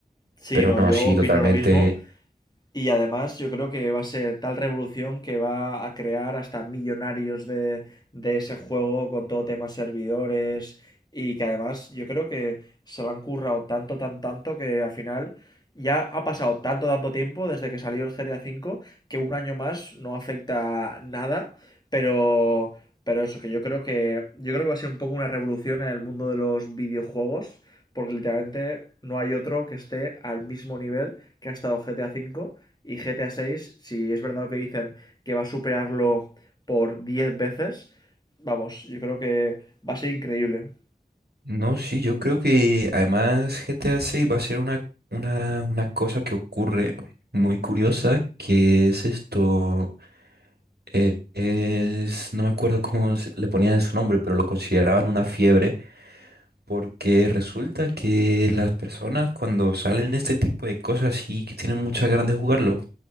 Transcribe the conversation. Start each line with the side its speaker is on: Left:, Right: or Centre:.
Left: Sí,
Right: Pero
Left: no,
Right: no,
Left: yo
Right: sí,
Left: opino
Right: totalmente.
Left: lo mismo. Y además yo creo que va a ser tal revolución que va a crear hasta millonarios de, de ese juego con todo tema servidores y que además yo creo que se lo han currado tanto, tan, tanto que al final ya ha pasado tanto, tanto tiempo desde que salió el GTA V que un año más no afecta nada, pero, pero eso, que yo creo que, yo creo que va a ser un poco una revolución en el mundo de los videojuegos porque literalmente no hay otro que esté al mismo nivel que ha estado GTA V y GTA 6, si es verdad lo que dicen que va a superarlo por 10 veces, vamos, yo creo que va a ser increíble.
Right: No, sí, yo creo que además GTA 6 va a ser una, una, una cosa que ocurre muy curiosa, que es esto. eh, es, no me acuerdo cómo se- le ponían su nombre, pero lo consideraban una fiebre porque resulta que las personas cuando salen este tipo de cosas y que tienen muchas ganas de jugarlo,